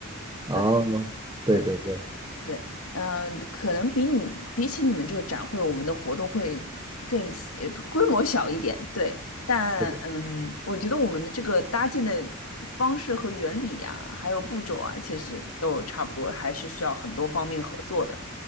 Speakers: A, on the right; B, on the left.
A: 哦，
B: 对
A: 对对对，
B: 对对，嗯、可能比你比起你们这个展会，我们的活动会更小呃规模小一点。对，但嗯，
A: 对的，
B: 我觉得我们的这个搭建的方式和原理呀、还有步骤啊，其实都差不多，还是需要很多方面合作的。